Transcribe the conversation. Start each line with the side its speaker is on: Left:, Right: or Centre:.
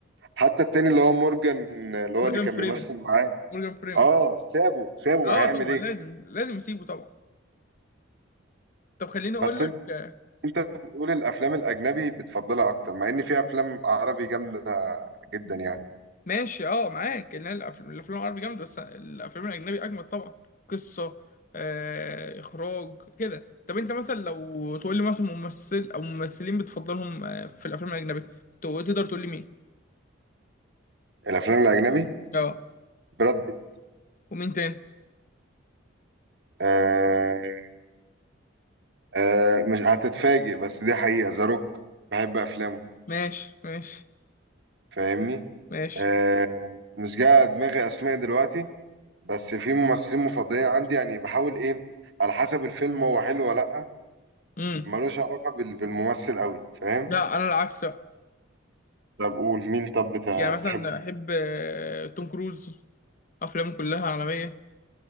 Right: حتى التاني اللي هو مورجان اللي هو
Left: مورجان
Right: اللي كان
Left: فريمن
Right: بيمثل معاه
Left: مورجان فريمن
Right: اه سابه سابه ما
Left: اه
Right: هيعمل
Left: طبعا
Right: ايه
Left: لازم لازم اسيبه طبعا طب خليني اقول
Right: بس
Left: لك
Right: انت
Left: آه،
Right: انت بتقول الافلام الاجنبي بتفضلها اكتر مع ان في افلام عربي جامده جدا يعني
Left: ماشي اه معاك ان الافلام الافلام العربي جامده بس الافلام الاجنبي اجمد طبعا قصه آه اخراج كده طب انت مثلا لو تقول لي مثلا ممثل او ممثلين بتفضلهم آه، في الافلام الاجنبي تو- تقدر تقول لي مين
Right: الافلام الاجنبي
Left: اه
Right: براد بيت
Left: ومين تاني
Right: آه آه مش هتتفاجئ بس دي حقيقه ذا روك بحب افلامه
Left: ماشي ماشي
Right: فاهمني
Left: ماشي
Right: آه مش جاي على دماغي اسماء دلوقتي بس في ممثلين مفضلين عندي يعني بحاول ايه على حسب الفيلم هو حلو ولا لا
Left: امم
Right: ملوش علاقة بال- بالممثل قوي فاهم
Left: لا انا العكس بقى.
Right: طب قول مين طب بتا-
Left: يعني
Right: بتحبه
Left: مثلا
Right: في-
Left: احب آه، توم كروز افلامه كلها عالميه